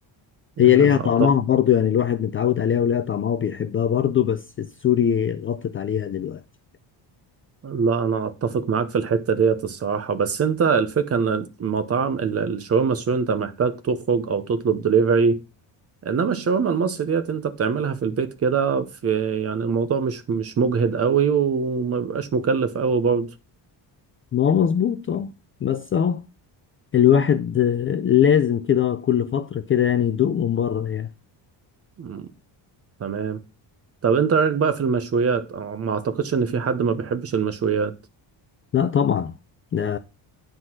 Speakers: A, on the right; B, on the left.
A: يا
B: هي ليها طعمها
A: قطع
B: برضو يعني الواحد متعود عليها وليها طعمها وبيحبها برضو بس السوري غطت عليها دلوقتي
A: لا انا اتفق معاك في الحته ديت الصراحه بس انت الفكره ان المطاعم ال- الشاورما السوري انت محتاج تخرج او تطلب دليفري انما الشاورما المصري ديت انت بتعملها في البيت كده في يعني الموضوع مش مش مجهد قوي وما بيبقاش مكلف قوي برضه
B: ما هو مظبوط اه بس اه الواحد آه، لازم كده كل فترة كده يعني يدوق من بره يعني
A: مم، تمام طب انت رايك بقى في المشويات أو ما اعتقدش ان في حد ما بيحبش المشويات
B: لا طبعا ده